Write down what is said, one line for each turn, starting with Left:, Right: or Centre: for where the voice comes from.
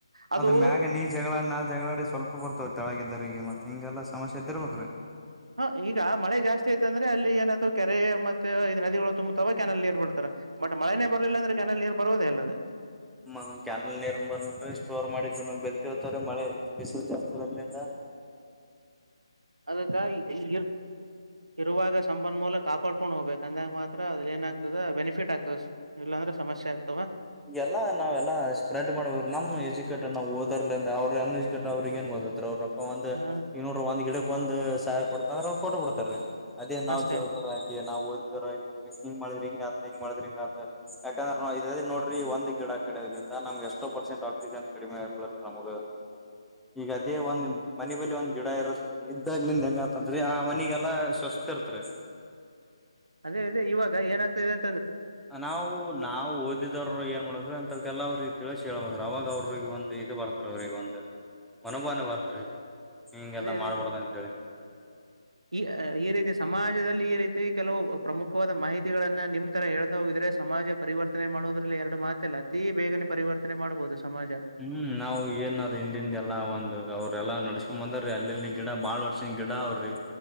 Right: ಅದು
Centre: ಅದ ಮ್ಯಾಗ ನೀ ಜಗಳಾಡ್ ನಾ ಜಗಳಾಡಿ ಸ್ವಲ್ಪ ಬರ್ತವ ತೆಳಗಿದ್ದಾರರಿಗೆ ಮತ್ತೆ ಹಿಂಗೆಲ್ಲ ಸಮಸ್ಯೆ ಇದ್ದಿರ್ಬೇಕ್ರೀ
Right: ಹ ಈಗ ಮಳೆ ಜಾಸ್ತಿ ಐತಂದ್ರೆ ಅಲ್ಲಿ ಏನತೂ ಕೆರೆ ಮತ್ತೆ ಇ ನದಿಗಳು ತುಂಬತಾವ ಕೆ್ಯನಲ್ ನೀರ್ ಬಿಡ್ತಾರ ಮಟ್ ಮಳೆನೇ ಬರಲಿಲ್ಲಂದ್ರೆ್ಯನಲ್ ನೀರ್ ಬರುವುದೇ ಅಲ್ಲದೆ
Centre: ಹ ಕ್ಯಾನಲ್ ನೀರ್ ಬಂದ ಸ್ಟೋರ್ ಮಾಡಿದ್ದು ನ ಬೆತಿ ಹರ್ತ್ರೀ ಮಳೆ ಬಿಸಲು ಜಾಸ್ತಿ ಪ್ರಬಲಂತ
Right: ಅದಕ್ಕ ಇ ಇರುವಾಗ ಸಂಬಂಧ ಮೂಲಕ ಕಾಪಾಡ್ಕೊಂಡು ಹೋಗ್ಬೇಕು ಕಂದಾಗ ಮಾತ್ರ ಅದ್ ಏನ್ ಆಗ್ತದೆ ಬೆನಿಫಿಟ್ ಆಗ್ತದೆ ಇಲ್ಲಾಂದ್ರೆ ಸಮಸ್ಯೆ ಆಗ್ತದೆ
Centre: ಎಲ್ಲ ನಾವೆಲ್ಲಾ ಸ್ಪ್ರೆಡ್ ಮಾಡ್ಬೇಕು ನಮ್ ಎಜುಕೇಟೆಡ್ ನಾವು ಓದೋರ್ಲಿಂದ ಅವ್ರ ೇಶ ಗ ಅವ್ರಿಗೆ ಏನ್ ಬತ್ತ ಅವ ಒಂದ
Right: ಹ
Centre: ಇನ್ನ ಒಂದ ಗಿಡ ಒಂದು ಸ ಕೊಡ್ತ ಅಂದ್ರ ಕೊಟ ಕೊಡ್ತಾರೀ ಅದೇ ನಾವ್
Right: ಅಷ್ಟೇ
Centre: ಚಲೋದರ ಆಗಿ ನಾ್ ಓದಿದದ ಹಿಂಗ ಮಾಡಿದ್ರಿ ಹಿಂಗ ಅ ಹಿಂಗ ಮಾಡ್ರಿ ಹ ಇೋ ೀ ಒಂದ್ ಗಿಡ ಕಡದ್ರಿಂದ ನಮ್ಗೆ ಎಷ್ಟೋ ಪರ್ಸೆಂಟ್ ಆಕ್ಸಿಜನ್ ಕಡಿಮೆಳತ್ತ ನಮಗ ಈಗ ಅದೇ ಒಂದ್ ಮನೆ ಬಲಿ ಒಂದ್ ಗಿಡ ಇರತ್ತ ಇದ್ದಾಗ ನಿಂದ ಹೆಂಗತತ್ರಿ ಆ ಮನಿಗೆಲ್ಲಾ ಚರ್ತ್ರ
Right: ಅದೇ ಅದೇ ಇವಾಗ ಏನಾಗ್ತದೆ ಅ
Centre: ನಾವು ನಾವ ಓದಿದವರು ಏನ್ ಮಾಡಬೇಕ ಅಂತ ಕೆಲ್ಲ ಅವ್ರಿಗೆ ತಿಳ ಹೇಳೇಳಳ್ಬ ಅವಾಗ ಅವ್ರಿಗೆ ಒಂದು ಇದು ಬರ್ತ್ ಅವ್ರಿಗೆ ಒಂದು ಮನಭಾನ ಬರ್ತ್ರಿ ಹಿಂಗೆಲ್ಲಾ
Right: ಅದೇ ಅದೇ
Centre: ಮಾಡ್ಬಾರ್ದ ಅಂತೇಳಿ
Right: ಈ ಈ ರೀತಿ ಸಮಾಜದಲ್ಲಿ ಈ ರೀತಿ ಕೆಲವು ಪ್ರಮುಖವಾದ ಮಾಹಿತಿಗಳನ್ನ ನಿಮ್ ತರ ಹೇಳ ಹೋಗಿದ್ರೆ ಸಮಾಜ ಪರಿವರ್ತನೆ ಮಾಡೋದ್ರಲ್ಲಿ ಎರಡು ಮಾತಲ್ಲ ಅತಿ ಬೇಗನೆ ಪರಿವರ್ತನೆ ಮಾಡಬಹುದು ಸಮಾಜ
Centre: ಹ್ಮ್ ನಾವವು ಏನ್ ಅದ್ ಹಿಂದನ್ ಎಲ್ಲಾ ಒಂದು ಅವ್ರೆಲ್ಲ ನಡ್ಸ್ಕೊಂಡ್ ಬಂದರಿ ರ್ಯಾಲಿ ಇಲ್ಲಿ ಗಿಡ ಬಾಳ್ ವರ್ಷ ಗಿಡ ಅವ್ರಿ